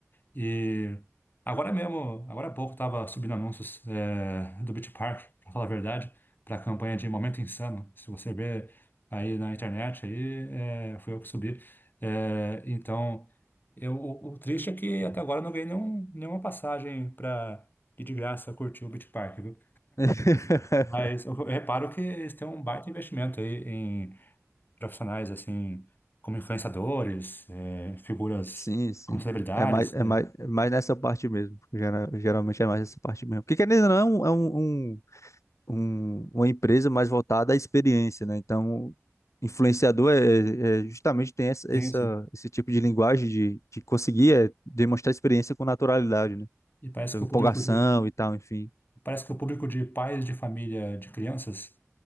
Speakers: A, on the left; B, on the left.
A: E agora mesmo, agora há pouco, estava subindo anúncios é, do Beach Park, para falar a verdade, para a campanha de Momento Insano. Se você ver aí na internet, aí é, foi eu que subi. É, então, eu, o, o triste é que até agora eu não ganhei nenhum, nenhuma passagem para ir de graça curtir o Beach Park, viu?
B: <laughs>
A: Mas eu reparo que eles têm um baita investimento aí em profissionais, assim, como influenciadores, é, figuras
B: Sim, sim.
A: como celebridades,
B: É mais, é
A: né?
B: mais, é mais nessa parte mesmo. Gera- Geralmente é mais nessa parte mesmo. Porque querendo ou não, é, um, é um, um, um- uma empresa mais voltada à experiência, né? Então, influenciador é, é é, justamente tem essa,
A: Sim,
B: essa-
A: sim.
B: esse tipo de linguagem de, de conseguir é, demonstrar experiência com naturalidade, né?
A: E parece
B: Então,
A: que
B: empolgação
A: o público de,
B: e tal, enfim.
A: parece que o público de pais de família de crianças